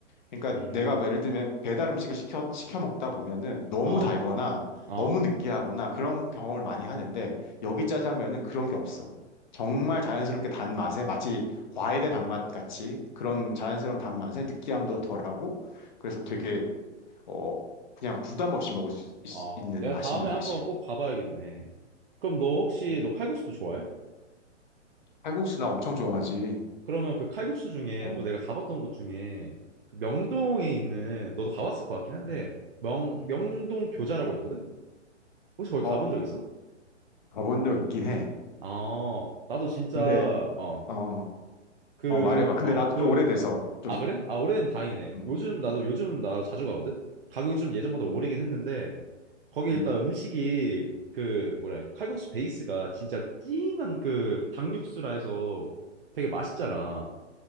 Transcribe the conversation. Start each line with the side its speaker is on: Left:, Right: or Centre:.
Left: 그러니까
Right: 음,
Left: 내가 뭐 예를 들면 배달 음식을 시켜, 시켜 먹다 보면은 너무
Right: 어,
Left: 달거나
Right: 어,
Left: 너무 느끼하거나 그런 경험을 많이 하는데 여기 짜장면은 그런 게 없어. 정말 자연스럽게 단맛에 마치 과일의 단맛 같이 그런 자연스러운 단맛에 느끼함도 덜하고 그래서 되게 어 그냥 부담 없이 먹을 수
Right: 어.
Left: 있, 는
Right: 내가
Left: 맛있는
Right: 다음에 한번
Left: 맛이야.
Right: 꼭 가봐야겠네. 그럼 너 혹시
Left: 음.
Right: 너 칼국수도 좋아해?
Left: 칼국수 나 엄청 좋아하지.
Right: 그러면 그 칼국수 중에
Left: 어,
Right: 또 내가 가봤던 곳 중에 그 명동에 있는 너도 가봤을 것 같긴 한데
Left: 음.
Right: 명 명동 교자라고 있거든? 혹시 거기
Left: 어
Right: 가본 적 있어?
Left: 가본 적 있긴 해.
Right: 아, 나도 진짜
Left: 근데
Right: 어,
Left: 어, 어
Right: 그,
Left: 어, 말해봐. 근데
Right: 어,
Left: 나도
Right: 그,
Left: 좀 오래돼서 좀
Right: 아 그래? 아 오래되면 다행이네.
Left: 음,
Right: 요즘 나도 요즘 나 자주 가거든. 가격이 좀 예전보다
Left: 음,
Right: 오르긴 했는데 거기
Left: 음.
Right: 일단 음식이 그 뭐라 해야, 칼국수 베이스가 진짜 진한 그 닭육수라 해서 되게 맛있잖아.